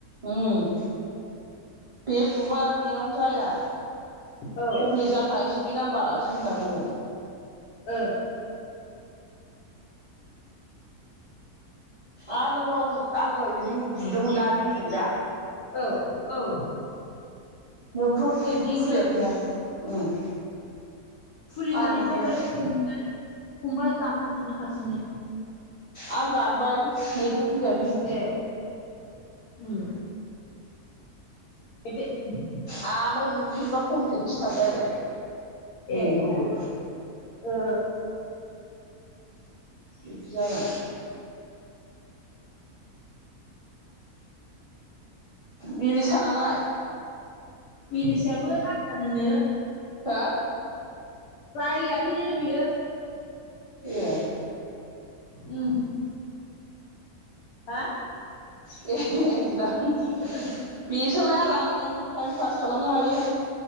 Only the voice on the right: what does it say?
उम बे बुबा बेनाव जाया
कमप्लिथ जाखानायसो बे नाम्बारासो होन्नानै बुंदों
आरो नोंनाव आं दहाय रिं बुदोंमोन ना रिंदों दा
नोंथ' नेटबो
खुलियाखैना! उम
आं बुनायाव
आं दानबाय नेथ' होनदों
आमफ्राय बुफिनबा कमप्लिट खिन्थाबाय आरो नोंनिखौबो
बिदि आरो बिलिसानालाय?
हो?
ए
एहे <unintelligible>
बेसोलाय आराम टाइम फास खालामनो हायो